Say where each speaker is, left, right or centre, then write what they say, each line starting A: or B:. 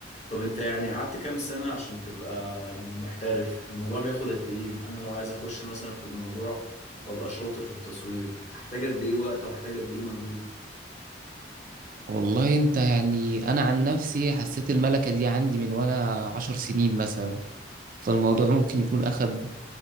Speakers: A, on the left (about 40°); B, on the right (about 50°).
A: طب انت يعني قعدت كام سنة عشان تبقى يعني محترف الموضوع بياخد قد ايه انا لو عايز اخش مثلا في الموضوع وابقى شاطر في التصوير احتاج قد ايه وقت واحتاج قد ايه مجهود
B: والله انت يعني انا عن نفسي حسيت الملكه دي عندي من وانا عشر سنين مثلا فالموضوع ممكن يكون اخد